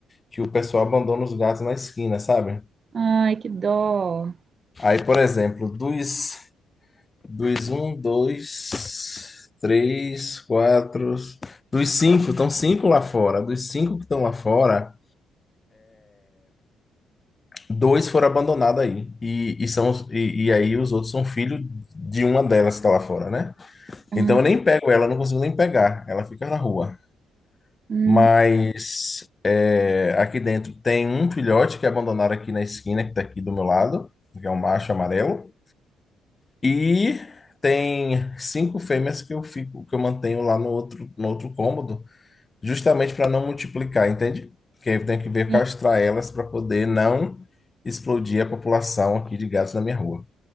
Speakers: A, on the left; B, on the right.
A: que o pessoal abandona os gatos na esquina, sabe?
B: Ai, que dó.
A: Aí, por exemplo, dos, dos um, dois, três, quatro. Dos cinco, estão cinco lá fora. Dos cinco que estão lá fora. Dois foram abandonados aí. E, e, são, os- e, e aí os outros são filhos de uma delas que está lá fora, né?
B: Ah,
A: Então eu nem pego ela, eu não consigo nem pegar. Ela fica na rua.
B: hum,
A: Mas é, aqui dentro tem um filhote que abandonaram aqui na esquina, que está aqui do meu lado, que é um macho amarelo. E tem cinco fêmeas que eu fico, que eu mantenho lá no outro, no outro cômodo justamente para não multiplicar, entende? Porque eu tenho que ver
B: sim.
A: castrar elas para poder não explodir a população aqui de gatos na minha rua.